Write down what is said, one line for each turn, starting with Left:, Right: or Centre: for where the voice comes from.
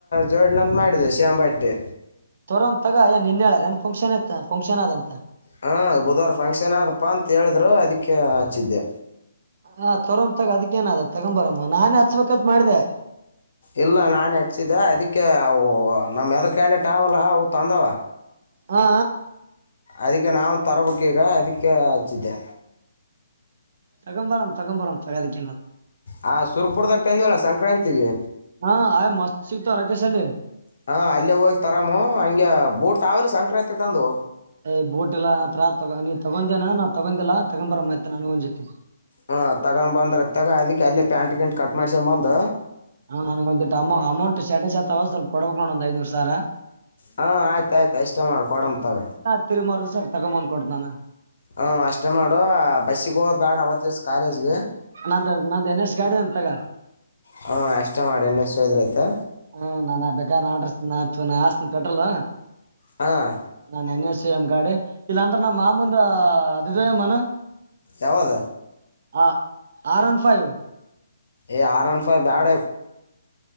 Left: ಜೋಡ್ಲಂತ ಮಾಡಿದೆ ಶೇಾಮ್ ಬಟ್ಟೆ
Right: ತೋರ್ ತಗ ಏ ನಿನ್ ಹೇಳಾರ ಏನ್ ಫಕ್ಷನ್ ಇಐತ ಫಂಕ್ಷನ್ ಅದ ಅಂತ
Left: ಹಾಂ ಬುಧವಾರ ಫಂಕ್ಷನ್ ಅದಪ್ಪ ಅಂತ ಹೇಳಿದ್ರು ಅದಕ್ಕೆ ಹಚ್ಚಿದ್ದೆ
Right: ಹ ತೋರೊ ತಾಗ ಅದಕ್ಕೇನದ ತಗೊಂಬರಮ್ಮ ನಾನೇ ಹಚ್ಬೇಕತ್ ಮಾಡಿದೆೆ
Left: ಇಲ್ಲ ನಾನು ಹೆಚ್ಚಿದ್ದೆ ಅದಕ್ಕೆ ಅವು ನಮ್ಮೆದ್ರ ಕ್ಯಾಂಡಿೇಟ್ ಅವಲ್ಲ ಅವು ತಂದವ
Right: ಹಾ
Left: ಅದಕ್ಕೆ ನಾವು ತರಬೇಕ ಈಗ ಅದಕ್ಕೆ ಹಚ್ಚಿದ್ದೆ
Right: ತಗಂಬರಂ ತಗಂಬರಂ ತಗದಿಕ
Left: ಹ ಸುರ್ಪುರದಾಗ ತಂದವಲ್ಲ ಸಂಕ್ರಾಂತಿಗೆ
Right: ಹಾ ಆಯ್ ಮಸ್ತಿ ತ ರಕೇಶ ಅಲ್ಲಿ
Left: ಹಾ ಅಲ್ಲೇ ಹೋಗಿ ತರಾಮ ಹಂಗೆ ಬೂಟ್ ಆಾವೇಲೆ ಸಂಕ್ರಾಂತಿ ತಂದು
Right: ಯ್ ಬೋಟ್ ಎಲ್ಲಾ ಆ ತತ್ರ ತಗ ನೀ ತಗೊಂಡಂದೇನ ನಾ ತಗೊಂಡಿಲ್ಲ ತಗೊ ಬರ ಮತ್ತ ನನ್ಗ ಒಂದ್ಸತಿ
Left: ಹ ತಗೊಂಡ್ ಬಂದ್ರ ತಗ ಅದಿ ಅಲ್ಲಿ ಪ್ಯಾಂಟ್ ಗಿಂಟ್ ಕಟ್ ಮಾಡಸೊಂಬಂದ್
Right: ಹಾ ನನಗ ಒಂದ್ ಅ ಅಮೌಂಟ್ ಶಟಡ ಶತವ ಸ್ವಲ್ಪ ಕೊಡ್ಬೇಕು ನೋ ಒಂದ್ ಐನೂರು ಸಾವರ
Left: ಹಾ ಆಯ್ತಾಯಯ್ತು ಇಷ್ಟೇ ಮಾಡ್ಕ ಕೊಡಂಬ ತಗ
Right: ತಿರಿ ಮಾರದ ಸಾಕ ತಗೊಂಬ್ಕಡಡ್ ನಾನ
Left: ಹ ಅಷ್ಟೇ ಮಾಡು ಬಸ್ಸಿಗೆ ಹೋದ್ ಬ್ಯಾಡ ಅವತ್ ದಿವ್ಸ ಕಾಲೇಜ್ಗೆ
Right: ನಾ ನಂದ ದಿನೇಶ್ ಗಾಡು ಅಂತಗ
Left: ಹಾ ಎಷ್ಟ ಮಾಡಣ್ ಸೋದ್ರ ಆಯತಾ
Right: ಹಾ ನಾನನ್ ಬೇಕ ಆಡ್ರ ನಾ ಹಸ್ತನ ಪೆಟ್ರೋಲ್
Left: ಹಾಂ
Right: ನಾನ್ ಎನ್ ಎ ಸಿ ಎಮ್ ಗಾಡಿ ಇಲ್ಲಾಂದ್ರ ನಮ್ಮ್ ಮಾ ಮುಂದ ಅದಿದ ಎ್ನ
Left: ಯಾವದ
Right: ಆ ಆರ್ ಒನ್ ಫೈವ್
Left: ಏ್ ಆರ್ ಅಂಡ್ ಫೈ್ ಬ್ಯಾಡ